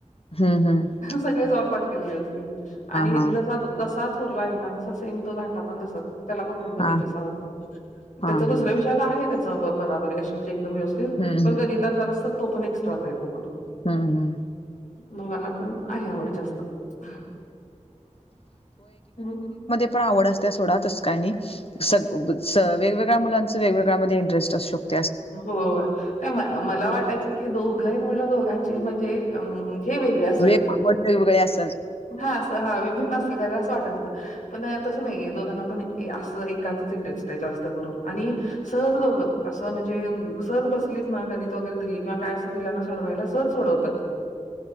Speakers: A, on the left; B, on the left.
A: हम्मं हम्मं
B: सगळेचं ऑलपट केलेले होते तिने आणि
A: हा
B: ज जसा रंला आहे नां तसं सेम तो धाटा पणं तसंच त्यांला पणं खूंप गणितं
A: हा हा
B: अऊस आवडतं
A: हा
B: त्यांचं
A: हम्म
B: दुसऱ्यां विषयांत आहे त्याचं बराबरी व्यवस्थित
A: हम्म
B: पणं गण जरं असत तो पणं एक्स्ट्रा तो पणं
A: हम्म हम्म
B: दोघांना पणं आहे आवंड जास्तं हम्मं
A: पणं आवंड असतं त्यां सोंडा तसं कायं नाहीं संग वेगवेगळ्यांज मुलांचं वेगवेगळ्यामध्ये इंटरेस्ट अंसू शकतो
B: हो मंला वाटातचं की दोघांची मुलें आहेतं म्हटलं दोघांची म्हणजे अंम हे वेगळे असेलं
A: वेग आपण वेगवेगळे असेल
B: हां असं हां विभिन्न कायं असं वाटतं होतं पणं तसं नाहीये दोघांना पणं असं एकाचंच इंटरेस्ट आहे जास्तं करूंन आणि सहंज दोघं जणं असं म्हणजे सहज बसलीत नां गणितं वगैरें दिली किंवा कायं असं दिला नां सडवायला सहज सोडवंत